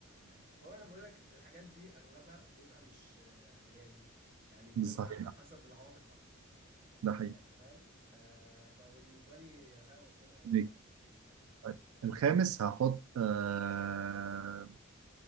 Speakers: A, on the right; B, on the right.
A: هو انا بقول لك الحاجات دي اغلبها بيبقى مش آه، حيادي يعني بتبقى
B: بالظبط
A: على حسب العواطف اكتر
B: ده حقيقي
A: يعني فاهم آه فبالنسبه لي عشان أنا برشلوني هقعد
B: إنريكي.
A: تاني مش قلت ازاي
B: طيب، الخامس هحط آه